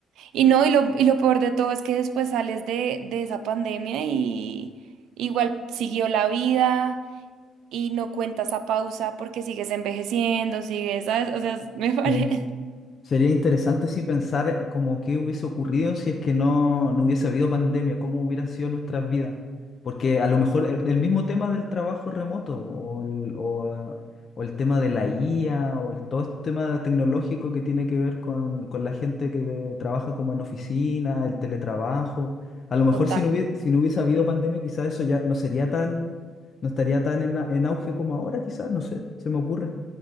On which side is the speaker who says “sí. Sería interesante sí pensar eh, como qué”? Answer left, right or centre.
Left